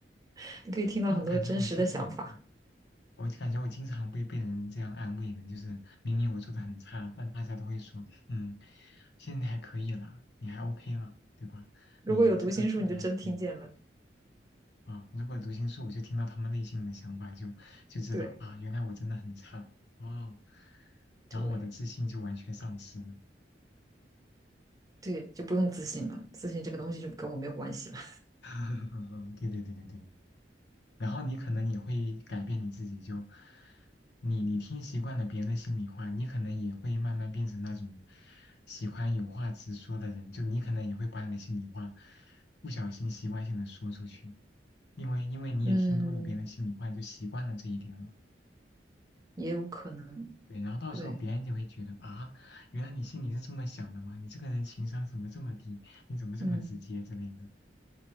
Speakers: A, on the right; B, on the left.
A: <laughs> 你可以听到很多真实的想法。
B: 但我感觉我经常，我感觉我经常被被人这样安慰呢，就是明明我做的很差，但大家都会说，嗯，现在还可以啦，你还 OK 啦，对吧？
A: 如果有读心术，
B: 你你这个做的还可以，
A: 你就真听见了。
B: 啊，如果读心术，我就听到他们内心的想法就，就知道啊，
A: 对
B: 原来我真的很差啊，然后我的自信就完全丧失了。
A: 对对，就不用自信了，自信这个东西就跟我没有关系了。
B: <laughs> 对对对对对，然后你可能也会改变你自己就，你你听习惯了别人的心里话，你可能也会慢慢变成那种喜欢有话直说的人，就你可能也会把你的心里话不小心习惯性的说出去，因为因为你也听多了别人的心里话，
A: <laughs> 嗯，
B: 你就习惯了这一点了。
A: 也有可能，
B: 对，然后到时候别人就会觉得啊，
A: 对，
B: 原来你心里是这么想的吗？你这个人情商怎么这么低？你怎么这么直接之类的？
A: 嗯。